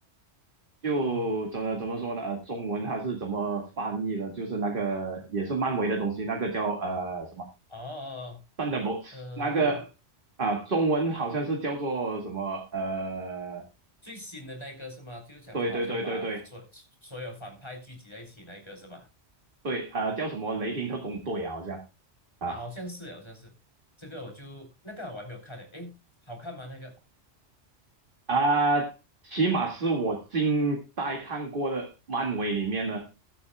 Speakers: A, on the right (about 45°); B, on the left (about 20°).
A: 就怎么怎么说呢？
B: 嗯哼，
A: 呃，中文还是怎么翻译的？就是那个也是漫威的东西，那个叫呃什么
B: 哦，
A: 《Thunderbolts》，
B: 呃，
A: 那个啊、
B: 漫
A: 中文好像是叫做什么？呃，
B: 最新的那个是吗？就是讲说好像把所所有反派聚集在一起那个是吧？
A: 对对对对对对，呃，叫什么《雷霆特工队》啊，好像。啊
B: 啊，好像是，好像是这个，我就那个我还没有看呢，诶，好看吗？那个
A: 啊、起码是我近代看过的漫威里面呢，